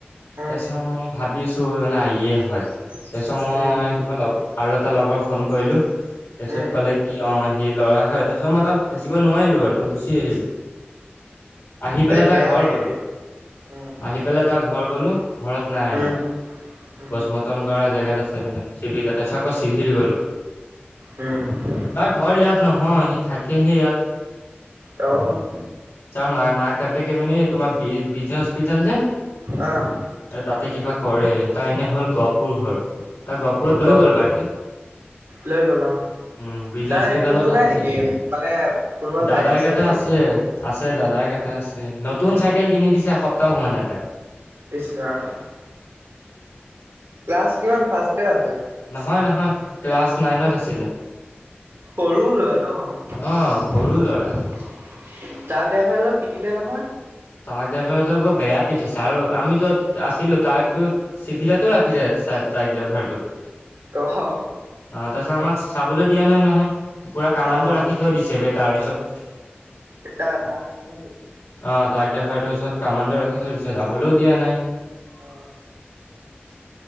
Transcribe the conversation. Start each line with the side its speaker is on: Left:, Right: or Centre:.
Right: উম
Left: তাৰপিছত মই ভাবি আছো তো নাই ইয়ে হয় তাৰপিছত মই
Right: উম
Left: তোমাৰ লগ আৰু এটা লগৰ ফোন কৰিলোঁ। তাৰপিছত
Right: উম
Left: ক'লে কি অ' সি ল'ৰা হয় তাৰপিছত মই তাত থাকিব নোৱাৰিলোঁ আৰু মই গুচি আহিলোঁ। আহি
Right: সেই
Left: পেলাই তাৰ
Right: বেয়া
Left: ঘৰ
Right: লাগে
Left: গ'লো।
Right: বে উম।
Left: আহি পেলাই তাৰ ঘৰ গ'লোঁ, ঘৰত নাই আনা।
Right: উম উম
Left: পচমৰ্তন কৰা জেগাত আছে মানে চিভিলত তাৰপিছত আকৌ চিভিল গ'লো।
Right: উম।
Left: তাৰ ঘৰ ইয়াত নহয়, সি থাকেহে ইয়াত।
Right: অ'।
Left: তাৰ মা মাক বাপেকে মানে তোমাৰ বি বিজে হস্পিতাল যে
Right: অ'।
Left: আৰু তাতে কিবা কৰে তাৰ এনে হ'ল গহপুৰ ঘৰ তাৰ গহপুৰত
Right: ক
Left: লৈ গ'ল
Right: ক
Left: <unintelligible>
Right: লৈ গ'লো অ'।
Left: উম বিজে
Right: তাই
Left: হস্পিতালত
Right: কোনো নাই
Left: আনিছিলে
Right: নেকি মানে কোনোবা
Left: দাদাই
Right: ভাইটি চাইটি।
Left: কেইটা আছে আছে দাদাক এটা আছে নতুন চাইকেল কিনি দিছে এসপ্তাহ হোৱা নাই তাক
Right: ইচ্ ৰাম। ক্লাছ কিমান ফাৰ্ষ্ট ইয়াৰ আছিল।
Left: নহয় নহয় ক্লাছ নাইনত আছিলে।
Right: সৰু লোৱা ন। ট্ৰাক
Left: অ সৰু ল'ৰা
Right: ড্ৰাইভাৰজনক পিটিলে নহয়।
Left: ট্ৰাক ড্ৰাইভাৰতো বৰ বেয়া পিটিছে আৰু আমি য'ত আছিলো তাৰো চিভিলা ৰাখিছে ট্ৰাইক ড্ৰাইভাৰটোক
Right: অহ।
Left: অ', তাৰপিছত আমাক চাবলৈ দিয়া নাই নহয় পুৰা কামাণ্ডো
Right: অহ
Left: ৰাখি থৈ দিছে তাৰ ওছৰত।
Right: এতা <unintelligible> ভৰোছো
Left: অ', ট্ৰাক ড্ৰাইভাৰটো ওচৰত কামাণ্ডো ৰাখি ধৰিছে যাবলৈও দিয়া নাই। <unintelligible>
Right: অ